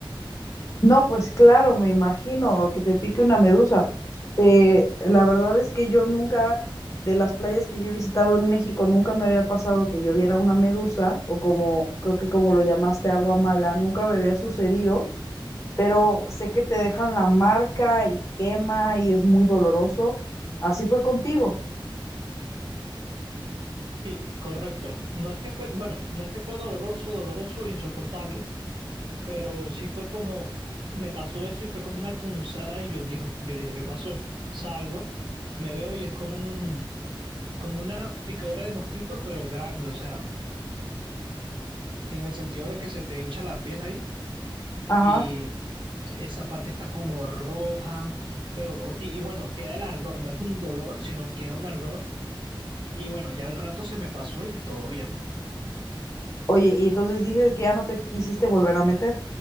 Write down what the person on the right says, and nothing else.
Sí, correcto. No es que fue, bueno, no es que fue doloroso, doloroso, insoportable Pero sí fue como, me pasó eso y fue como una punzada y yo dijo, yo dije, ¿qué pasó? Salgo, me veo y es como un, como una picadura de mosquito, pero grande, o sea, en el sentido de que se te hincha la piel ahí
y esa parte está como roja, pero, y, y bueno, queda el ardor, no es un dolor, sino queda un ardor y bueno, ya al rato se me pasó y todo bien, bueno.